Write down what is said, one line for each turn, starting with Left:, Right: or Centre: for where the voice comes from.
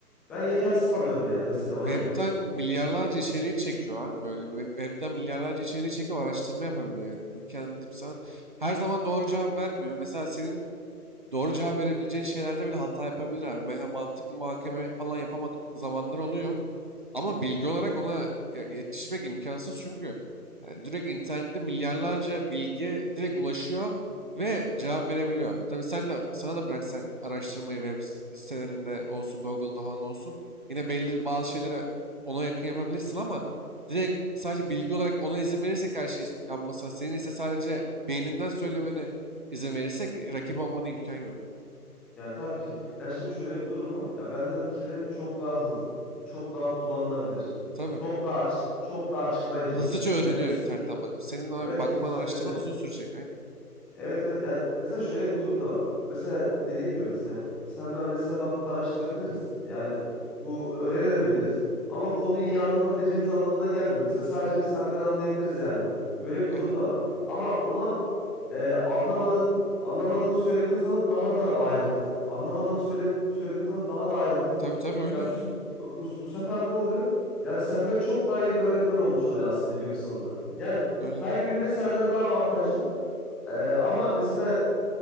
Centre: ben yetersiz kalıyorum yani mesela ona
Right: Web'ten
Centre: göre.
Right: milyarlarca içeriği çekiyor abi. Böyle web- web'ten milyarlarca içeriği çekip araştırma yapabiliyor yani. Ülkenin insan her zaman doğru cevap vermiyor. Mesela senin doğru cevap verebileceğin şeylerde bile hata yapabilir abi. Mesela mantıklı muhakeme falan yapamadık zamanlar oluyor. Ama bilgi olarak ona ya- yetişmek imkansız çünkü yani direkt internette milyarlarca bilgi direkt ulaşıyor ve cevap verebiliyor. Tabii sen de sana da bıraksak araştırmayı web sitelerinde olsun, Google'da falan olsun yine belli
Centre: Evet.
Right: bazı şeylere ona yakın yapabilirsin ama direkt sadece bilgi olarak ona izin verirsek her şeyi yapmasına, senin ise sadece beyninden söylemene izin verirsek e, rakip olmana imkan yok.
Centre: Ya tabii ki. Ya şimdi şöyle bir durum var. Ya benden bir kere çok daha hızlı, çok daha kullanılabilir,
Right: Tabii.
Centre: çok daha açı- çok daha açıklayıcı.
Right: Hızlıca öğreniyor
Centre: Ya mesela
Right: internetten bakıp. Senin abi
Centre: evet
Right: bakman,
Centre: hızlıca
Right: araştırman
Centre: öğreniyor.
Right: uzun sürecek. Aynen.
Centre: Evet evet yani mesela şöyle bir durum da var. Mesela dediğin gibi mesela sen ben mesela bakıp araştırabiliriz. Yani bu öğrenebiliriz. Ama konuyu iyi anlatabileceğimiz anlamına gelmiyor. Mesela sadece sen ben anlayabiliriz yani bunu. Böyle bir
Right: Aynen.
Centre: durum da var. Ama ona Ee, anlamadın anlamadığını söylediğin zaman daha da ayrıntılı. Anlamadığını söyle, söylediğin zaman daha da ayrıntılı.
Right: Tabii tabii öyle
Centre: Ya
Right: öyle.
Centre: bu, bu, bu, bu sefer ne oluyor? Yani senden çok daha iyi bir öğretmen olmuş oluyor aslında günün sonunda. Yani
Right: Öyle.
Centre: her yönüyle senden daha avantajlı. Ee, ama mesela